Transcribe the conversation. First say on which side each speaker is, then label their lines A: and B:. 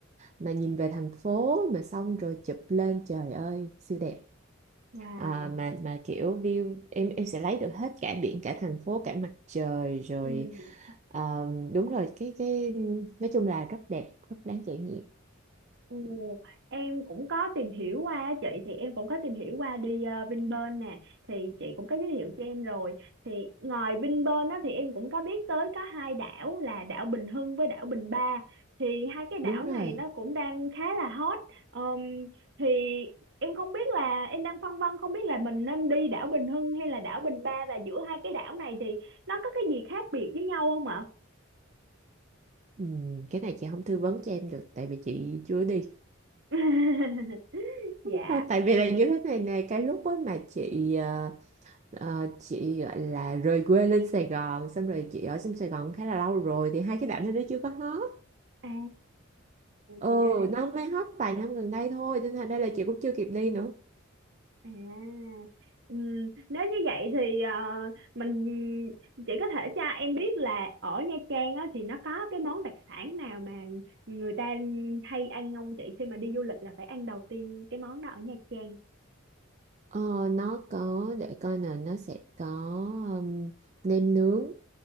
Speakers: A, on the right; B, on the right.
A: mà nhìn về thành phố mà xong rồi chụp lên trời ơi siêu đẹp
B: Wow.
A: À, mà mà kiểu view em em sẽ lấy được hết cả biển cả thành phố cả mặt trời rồi
B: Ừ.
A: ờ, đúng rồi cái cái nói chung là rất đẹp rất đáng trải nghiệm
B: Ồ, em cũng có tìm hiểu qua á chị thì em cũng có tìm hiểu qua đi ờ, Vinpearl nè thì chị cũng có giới thiệu cho em rồi thì ngoài Vinpearl á thì em cũng có biết tới có hai đảo là đảo Bình Hưng với đảo Bình Ba thì hai cái đảo
A: đúng rồi
B: này nó cũng đang khá là hot Ờm, thì em không biết là em đang phân vân không biết là mình nên đi đảo Bình Hưng hay là đảo Bình Ba và giữa hai cái đảo này thì nó có cái gì khác biệt với nhau không ạ?
A: ừ, cái này chị không tư vấn cho em được tại vì chị chưa đi
B: <laughs>
A: <laughs>
B: Dạ.
A: à, tại vì là như thế này nè cái lúc á mà chị ờ, ờ, chị gọi là rời quê lên Sài Gòn xong rồi chị ở trong Sài Gòn khá là lâu rồi thì hai cái đảo này nó chưa có hết
B: À,
A: ừ
B: thì ra là
A: nó mới hết vài năm gần đây thôi nên thành ra là chị cũng chưa kịp đi nữa
B: À, ừm, nếu như vậy thì ờ, mình chỉ có thể cho em biết là ở Nha Trang á, thì nó có cái món đặc sản nào mà người ta hay ăn không chị khi mà đi du lịch là phải ăn đầu tiên cái món đó ở Nha Trang.
A: Ờ, nó có để coi nè nó sẽ có um, nem nướng